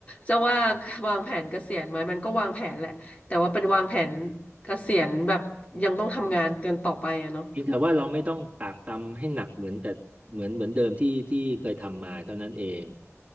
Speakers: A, on the left; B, on the right.
A: จะว่าวางแผนเกษียณไหมมันก็วางแผนแหละแต่ว่าเป็นวางแผนเกษียณแบบยังต้องทำงานกันต่อไปอะเนาะ
B: เพียงแต่ว่าเราไม่ต้องตากตำให้หนักเหมือนแต่เหมือนเหมือนเดิมที่ที่เคยทำมาเท่านั้นเอง